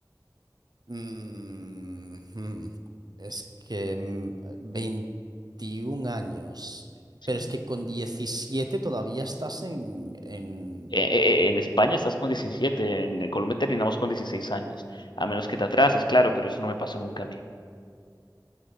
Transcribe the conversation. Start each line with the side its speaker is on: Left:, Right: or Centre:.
Right: Mm, hmm. Es que mm, 21 años,
Left: Sí.
Right: pero es que con 17 todavía estás en, en-
Left: E- e- e- en España estás con 17, en Colombia terminamos con 16 años, a menos que te atrases, claro, pero eso no me pasó nunca a mí.